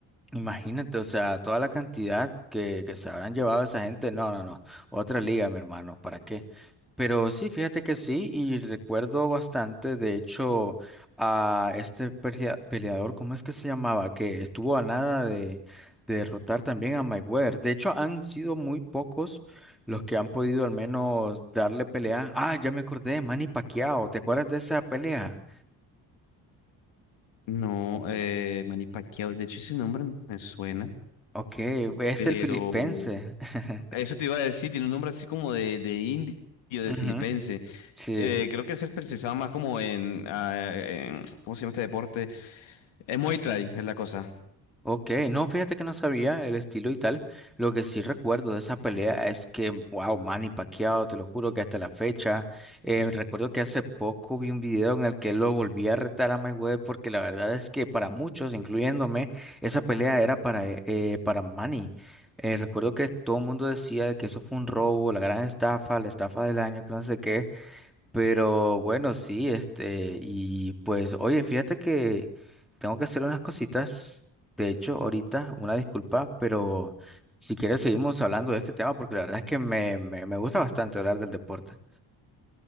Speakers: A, in the centre; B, on the left.
A: Imagínate, o sea, toda la cantidad que, que se habrán llevado esa gente, no, no, no, otra liga, mi hermano, ¿para qué? Pero sí, fíjate que sí, y recuerdo bastante, de hecho, a este pelea- peleador, ¿cómo es que se llamaba? Que estuvo a nada de, de derrotar también a Mayweather. De hecho, han sido muy pocos los que han podido al menos darle pelea. Ah, ya me acordé, Manny Pacquiao, ¿te acuerdas de esa pelea?
B: No, eh, Manny Pacquiao, de hecho ese nombre me suena,
A: Ok, es
B: pero
A: el filipense. <laughs>
B: eso te iba a decir, tiene un nombre así como de, de indio, de
A: Ujú,
B: filipense.
A: sí.
B: Eh, creo que es el precisaba más como en, ah, en- ¿cómo se llama este deporte? Es Muay Thai, es la cosa.
A: Ok, no, fíjate que no sabía el estilo y tal. Lo que sí recuerdo de esa pelea es que, wow, Manny Pacquiao, te lo juro que hasta la fecha. eh, recuerdo que hace poco vi un video en el que lo volví a retar a Mayweather porque la verdad es que para muchos, incluyéndome, esa pelea era para, eh, eh, para Manny. Eh, recuerdo que todo el mundo decía que eso fue un robo, la gran estafa, la estafa del año, que no sé qué. Pero bueno, sí, este, y pues, oye, fíjate que tengo que hacer unas cositas, de hecho, ahorita, una disculpa, pero si quieres seguimos hablando de este tema porque la verdad es que me, me, me gusta bastante hablar del deporte.